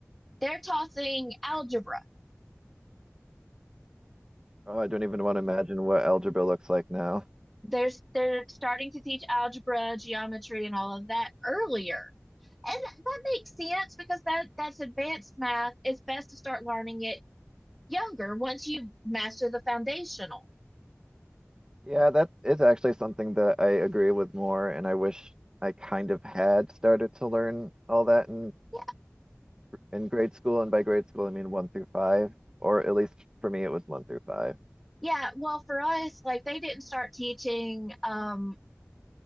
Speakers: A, in the centre; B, on the right.
A: They're tossing algebra
B: Oh, I don't even want to imagine what algebra looks like now.
A: There's they're starting to teach algebra, geometry, and all of that earlier. And that, makes sense because that that's advanced math. It's best to start learning it younger once you master the foundational.
B: Yeah, that is actually something that I agree with more, and I wish I kind of had started to learn all that in
A: Yeah.
B: in grade school. And by grade school, I mean one through five, or at least for me, it was one through five.
A: Yeah, well for us, like they didn't start teaching um